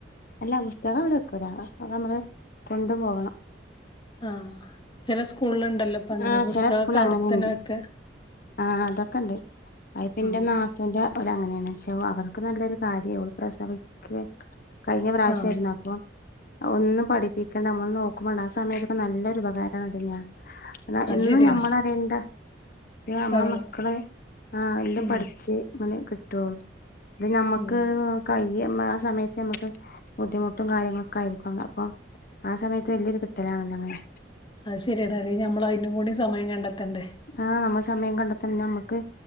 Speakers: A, on the left; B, on the left.
A: അല്ലാ പുസ്തകം <unintelligible> ആക്കെ അമ്മള് കൊണ്ടു പോകണം.
B: ആഹ് ചെല സ്കൂളില് ഇണ്ടല്ലോ ഇപ്പൊ അങ്ങനെ
A: ആഹ്
B: പുസ്തകൊക്കെ
A: ചെല സ്കൂളിൽ
B: അവ്ട്ത്തന്നെ
A: അങ്ങനെയുണ്ട്
B: വെക്കാ.
A: ആഹ് അതൊക്കെണ്ട് അത്പ്പം ഇന്റെ
B: ആഹ്
A: നാ ത്തൂന്റെ ഓല് അങ്ങനെയാണ് പക്ഷെ അവർക്ക് നല്ലൊരു കാര്യാ ഓള് പ്രസവിക്കാ കയ്ഞ്ഞ പ്രാവശ്യരുന്നു
B: ആഹ്
A: അപ്പം ഒന്നും പഠിപ്പിക്കേണ്ട നമ്മൾ നോക്കും വേണ്ട ആ സമയത്തൊക്കെ നല്ലൊരു ഉപകാരണ് അത് ഞാ അതാ
B: അത്
A: എന്നും
B: ശരിയാണ്
A: ഞമ്മളറിയണ്ട <unintelligible> ഞമ്മള
B: ആഹ്
A: മക്കളെ ആഹ് എല്ലും
B: ഉം
A: പഠിച്ച് ഇങ്ങനെ കിട്ടോള്ളു. അത് ഞമ്മക്ക്
B: ഉം
A: <unintelligible> ആ സമയത്ത് ഞമ്മക്ക് ബുദ്ധിമുട്ടും കാര്യങ്ങളൊക്കെ ആയിരിക്കല്ലോ അപ്പൊ ആ സമയത്ത് ത്ത് വെല്ല്യൊരു കിട്ടലാണല്ലോ അങ്ങനെ
B: അത് ശരിയാടാ അല്ലെ ഞമ്മള് അയ്നും കൂടി സമയം കണ്ടെത്തേണ്ടേ?
A: ആഹ് നമ്മള് സമയം കണ്ടെത്തെണം ഞമ്മക്ക്